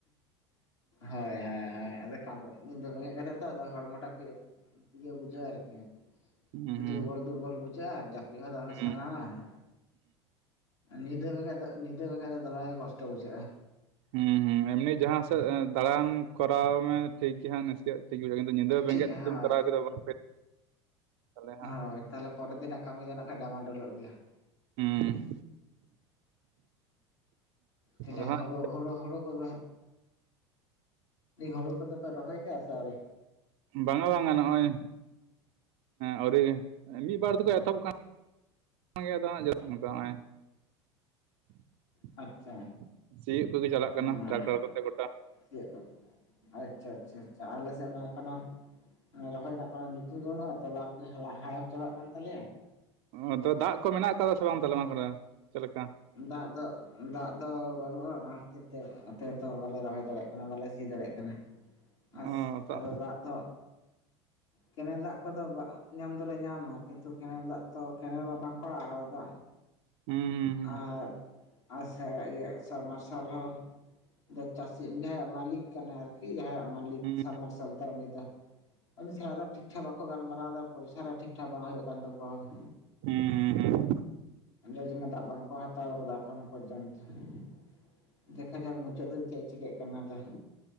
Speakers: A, on the left; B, on the right.
A: ᱦᱳᱭ ᱦᱳᱭ ᱦᱭ ᱟᱫᱚ ᱠᱟᱹᱢᱤ ᱧᱤᱫᱟᱹ ᱵᱮᱸᱜᱮᱫ ᱠᱟᱛᱮᱫ ᱛᱚ ᱟᱫᱚ ᱦᱚᱲᱢᱚᱴᱟᱜ ᱠᱚ ᱤᱭᱟᱹ ᱵᱩᱡᱷᱟᱹᱜᱼᱟ ᱟᱨᱠᱤ ᱾
B: ᱦᱩᱸ ᱦᱩᱸ
A: ᱫᱩᱨᱵᱚᱞ ᱫᱩᱨᱵᱚᱞ ᱵᱩᱡᱷᱟᱹᱜᱼᱟ ᱟᱨ ᱡᱟᱹᱯᱤᱫ ᱦᱚᱸ ᱫᱚᱢᱮ
B: ᱦᱩᱸ
A: ᱥᱟᱱᱟᱣᱟ ᱾ ᱧᱤᱫᱟᱹ ᱵᱮᱸᱜᱮᱫ ᱫᱚ ᱧᱤᱫᱟᱹ ᱵᱮᱸᱜᱮᱫ ᱫᱚ ᱫᱚᱢᱮ ᱠᱚᱥᱴᱚ ᱵᱩᱡᱷᱟᱹᱜᱼᱟ ᱾
B: ᱦᱩᱸ ᱦᱩᱸ ᱾ ᱮᱢᱱᱤ ᱡᱟᱦᱟᱸ ᱥᱮᱫ ᱫᱟᱲᱟᱱ ᱠᱚᱨᱟᱣ ᱢᱮ ᱴᱷᱤᱠ ᱜᱮ ᱦᱟᱸᱜ ᱪᱮᱫ ᱴᱷᱤᱠ ᱦᱩᱭᱩᱜᱼᱟ ᱠᱤᱱᱛᱩ ᱧᱤᱫᱟᱹ ᱵᱮᱸᱜᱮᱫ
A: ᱴᱷᱤᱠ ᱜᱮᱭᱟ
B: ᱫᱚᱢ
A: ᱦᱳᱭ
B: ᱠᱚᱨᱟᱣ ᱠᱮᱫᱟ ᱵᱟᱝ ᱯᱮ ᱛᱟᱦᱚᱞᱮ ᱦᱟᱸᱜ ᱾
A: ᱦᱳᱭ ᱛᱟᱦᱚᱞᱮ ᱯᱚᱨᱮ ᱛᱮ ᱱᱟᱜ ᱠᱟᱹᱢᱤ ᱫᱚ ᱱᱟᱜ ᱠᱷᱟᱡ ᱰᱟᱢᱟ ᱰᱚᱞᱚᱜ ᱜᱮᱭᱟ ᱾
B: ᱦᱩᱸ ᱾
A: ᱦᱲᱩ
B: ᱟᱫᱚ
A: <unintelligible>
B: ᱦᱟᱸᱜ
A: ᱦᱳᱲᱩ ᱦᱩᱲᱩ ᱠᱚᱫᱚ ᱦᱳᱲᱩ ᱠᱚᱫᱚ ᱯᱮ ᱨᱚᱦᱚᱭ ᱠᱮᱜᱼᱟ ᱥᱮ ᱟᱹᱣᱨᱤ?
B: ᱵᱟᱝᱟ ᱵᱟᱝᱟ ᱱᱚᱜᱼᱚᱭ ᱟᱹᱣᱨᱤ ᱢᱤᱫ ᱵᱟᱨ ᱫᱚᱠᱚ ᱮᱛᱚᱦᱚᱵ ᱟᱠᱟ ᱜᱮ ᱟᱫᱚ ᱦᱟᱸᱜ ᱡᱟᱱᱟᱢᱚᱜ ᱱᱚᱜᱼᱚᱭ <unintelligible>
A: ᱟᱪᱪᱷᱟ
B: ᱥᱤᱭᱚᱜ ᱠᱚᱜᱮ ᱪᱟᱞᱟᱜ
A: ᱦᱮᱸ
B: ᱠᱟᱱᱟ ᱴᱨᱟᱠᱴᱟᱨ ᱠᱚᱛᱮ ᱜᱚᱴᱟ ᱾
A: ᱪᱮᱫ ᱟᱪᱪᱷᱟ ᱟᱪᱪᱷᱟ ᱟᱞᱮ ᱥᱮᱫ ᱢᱟ ᱮᱠᱷᱚᱱᱳ ᱨᱚᱦᱚᱭ ᱨᱮᱱᱟᱜ ᱠᱚᱱᱳ ᱧᱩᱛᱩᱢ ᱫᱚ ᱵᱟᱹᱱᱩᱜᱼᱟ ᱛᱚᱞᱟ ᱠᱚ ᱦᱟᱲᱟᱢ ᱪᱟᱵᱟᱜ ᱠᱟᱱ ᱛᱟᱞᱮᱭᱟ ᱾
B: ᱟᱫᱚ ᱫᱟᱜ ᱠᱚ ᱢᱮᱱᱟᱜ ᱟᱠᱟᱫᱟ ᱥᱮ ᱵᱟᱝ ᱛᱟᱦᱚᱞᱮ ᱚᱱᱟ ᱠᱚᱨᱮ ᱪᱮᱫ ᱞᱮᱠᱟ?
A: ᱫᱟᱜ ᱫᱚ ᱾ ᱫᱟᱜ ᱫᱚ ᱵᱟᱹᱱᱩᱜᱼᱟ ᱚᱱᱟ ᱠᱷᱟᱹᱛᱤᱨ ᱛᱮ ᱱᱚᱛᱮ ᱦᱚᱛᱚ ᱵᱟᱞᱮ ᱨᱚᱦᱚᱭ ᱫᱟᱲᱮᱭᱟᱜ ᱠᱟᱱᱟ ᱵᱟᱞᱮ ᱥᱤ ᱫᱟᱲᱮᱭᱟᱜ ᱠᱟᱱᱟ
B: <inaudible>
A: ᱾ ᱟᱥ
B: ᱛᱚ
A: ᱟᱫᱚ ᱫᱟᱜ ᱫᱚ ᱠᱮᱱᱮᱞ ᱫᱟᱜ ᱠᱚᱫᱚ ᱧᱟᱢ ᱫᱚ ᱞᱮ ᱧᱟᱢᱟ ᱾ ᱠᱤᱱᱛᱩ ᱠᱮᱱᱮᱞ ᱫᱟᱜ ᱛᱚ ᱠᱮᱱᱮᱞ ᱢᱟ ᱵᱟᱝ ᱠᱚ ᱟᱲᱟᱜ ᱠᱟᱫᱟ ᱫᱟᱜ ᱾
B: ᱦᱩᱸ ᱦᱩᱸ ᱾
A: ᱟᱨ ᱟᱥᱮ ᱤᱭᱟᱹ ᱥᱟᱵ ᱢᱟᱨᱥᱟᱞ ᱦᱚᱸ ᱪᱟᱹᱥᱤᱭᱟᱜ ᱢᱟᱹᱞᱤᱠ ᱠᱟᱱᱟᱭ ᱟᱨᱠᱤ ᱠᱤ ᱡᱟᱦᱟᱸᱭᱟᱜ ᱢᱟᱹᱞᱤᱠ
B: ᱦᱩᱸ ᱦᱩᱸ
A: ᱥᱟᱵᱢᱟᱨᱥᱟᱞ ᱛᱟᱭ᱾ ᱩᱱᱤ ᱫᱚ ᱩᱱᱤ ᱪᱷᱟᱲᱟ ᱫᱚ ᱴᱷᱤᱠ ᱴᱷᱟᱠ ᱵᱟᱠᱚ ᱜᱟᱞᱢᱟᱨᱟᱣ ᱫᱟ ᱯᱚᱭᱥᱟᱨᱟ ᱴᱷᱤᱠ ᱴᱷᱟᱠ ᱵᱟᱝ ᱦᱩᱭᱩᱜ ᱠᱟᱱ ᱛᱟᱠᱚᱣᱟ ᱾
B: ᱦᱩᱸ ᱦᱩᱸ ᱦᱩᱸ ᱦᱩᱸ
A: ᱡᱮ ᱡᱮᱢᱚᱱ ᱵᱟᱝ ᱠᱚ ᱦᱟᱛᱟᱣ ᱠᱟᱫᱟ ᱮᱠᱷᱚᱱᱳ ᱯᱚᱨᱡᱚᱱᱛᱚ ᱾ ᱫᱮᱠᱷᱟ ᱡᱟᱠ ᱢᱩᱪᱟᱹᱫ ᱫᱷᱟᱹᱵᱤᱡ ᱪᱮᱫ ᱪᱤᱠᱟᱹᱜ ᱠᱟᱱᱟ ᱛᱚ ᱾